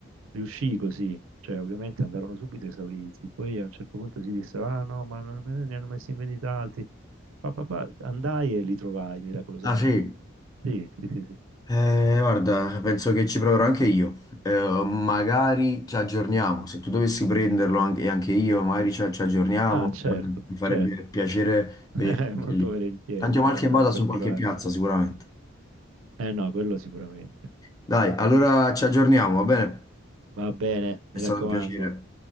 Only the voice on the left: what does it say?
Ah sì?
Eh, guarda, penso che ci proverò anche io. Eh, magari ci aggiorniamo. Se tu dovessi prenderlo anche, e anche io, magari ci, ci aggiorniamo.
Eh, mi farebbe
piacere vederci
anche
lì.
Tanto
male che vada
su qualche piazza, sicuramente.
Dai, allora ci aggiorniamo, va bene?
È stato
un piacere.